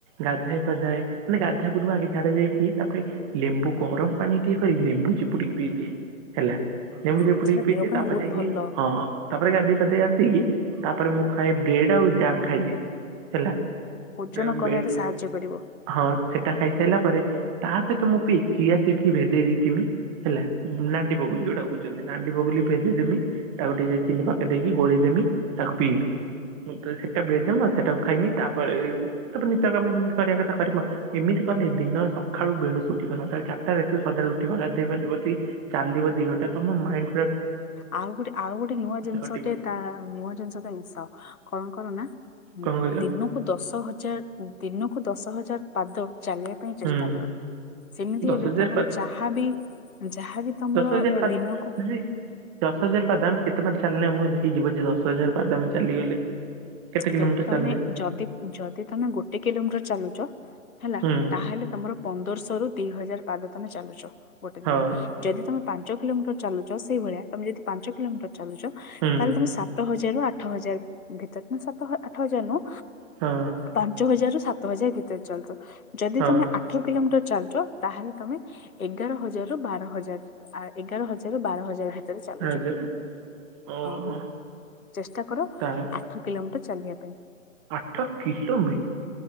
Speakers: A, on the right (about 25°); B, on the left (about 85°).
A: ଗାଧେଏ ପାଧାଏ ମାନେ ଗାଧେଇବା ପୂର୍ବରୁ ଆଗେ ଝାଡା ଯାଇକି ତାପରେ ଲେମ୍ବୁ ଗରମ ପାଣି ଇଏ କରିକି ଲେମ୍ବୁ ଚିପୁଡିକି ପିଇ ଦିଏ ହେଲା ଲେମ୍ବୁ
B: ହୁଁ
A: ଚିପୁଡି
B: ସେଟା
A: ପିଇଦିଏ
B: ଦେହ ପାଇଁ
A: ତାପରେ
B: ବହୁତ
A: ଯାଇକି
B: ଭଲ।
A: ହିଁ ତାପରେ ଗାଧୋଇ ପାଧେଇ ଆସିକି ତାପରେ ମୁଁ ଖାଏ ବ୍ରେଡ୍ ଆଉ ଜାମ୍ ଖାଇଦିଏ ହେଲା
B: ଓଜନ
A: ଏଁ,
B: କମେଇବାରେ
A: ବ୍ରେଡ
B: ସାହାଯ୍ୟ କରିବ
A: ହଁ ସେଟା ଖାଇସାରିଲା ପରେ ତା ସହିତ ମୁଁ ଚିଆସିିଡ୍ କି ଭେଦେଇ ଦେଇଥିବି ହେଲା ସୁନାଟି ବଗ ଯୋଡ ଯଦି ନାଣ୍ଡି ବଗୁଲି ଭେଦେଇଦେବି ତାକୁ ଟିକେ ଚିନି ପକେଇ ଦେଇକି ଗୋଳେଇଦେବି ତାକୁ ପିଇବି ତ ସେଟା ବେଡଯାମ ନା ସେଟାକୁ ଖାଇମି ତାପରେ ତାପରେ ନିତ୍ୟ କାମ ଯେମିତି କରିବା କଥା କରିିବ ଏମିତି କଲେ ଦିନ ସକାଳୁ ବେଣୁସୁ ଉଠିବା ଦରକାର ସକାଳେ ଉଠିବ ଗାଧୋଇ ପାଧେଇବ ଚାଲିବ ଦିଘଣ୍ଟା ତମ ମାଇଣ୍ଡି
B: ଆଉ ଗୋଟେ ଆଉ ଗୋଟେ ନୂଆ ଜିନିଷ
A: କଟିବ।
B: ଟେ ତା ନୂଆ ଜିନିଷ ମିଶ କଣ କଣ ନା
A: କଣ କହିଲ
B: ଦିନ ଦଶ ହଜାର ଦିନକୁ ଦଶ ହଜାର ପାଦ ଚାଲିବାକୁ ଚେଷ୍ଟା
A: ହୁଁ
B: କର ସେମିତି
A: ଦଶ
B: ହେଲେ
A: ହଜାର
B: ତମର
A: ପାଦ
B: ଯାହାବି ଯାହାବି ତମର
A: ଦଶ ହଜାର ପାଦ
B: ଦିନକୁ
A: ଦିଦି ଦଶ ହଜାର ପାଦ ଆମେ କେତେପାଦ ଚାଲିଲେ ଆମକୁ ହେଇଯିବ ଯେ ଦଶ ହଜାର ପାଦ ଆମେ ଚାଲିଗଲେ କେତେ କିଲୋମିଟର
B: ଯଦି ତମେ
A: ଚାଲିଲେ
B: ଯଦି ଯଦି ତମେ ଗୋଟେ କିଲୋମିଟର ଚାଲୁଚ ହେଲା
A: ହୁଁ
B: ତାହେଲେ ତମର ପନ୍ଦରଶହରୁ ଦି ହଜାର ପାଦ ତମେ ଚାଲୁଛ ଗୋଟେ ଦିନ
A: ହଁ
B: ଯଦି ତମେ ପାଞ୍ଚ କିଲୋମିଟର ଚାଲୁଛ ସେଇ ଭଳିଆ ତମେ ଯଦି ପାଞ୍ଚ କିଲୋମିଟର ଚାଲୁଛ
A: ହୁଁ
B: ତାହେଲେ ତମେ ସାତ ସାତ ହଜାରରୁ ଆଠ ହଜାର ଭିତରେ ସାତ ଆଠ ହଜାର ନୁହଁ
A: ହଁ
B: ପାଞ୍ଚ ହଜାରରୁ ସାତ ହଜାର ଭିତରେ ଚାଲୁଛ ଯଦି
A: ହଁ
B: ତମେ ଆଠ କିଲୋମିଟର ଚାଲୁଛ ତାହେଲେ ତମେ ଏଗାର ହଜାରରୁ ବାର ହଜାର ଏଗାର ହଜାର ରୁ ବାର ହଜାର ହେ ଭିତରେ ଚାଲୁଛ
A: ହଜାର ଓହୋ
B: ହଁ ଚେଷ୍ଟା କର
A: ତା
B: ଆଠ କିଲୋମିଟର ଚାଲିବା ପାଇଁ
A: ଆଠ କିିଲୋମିଟର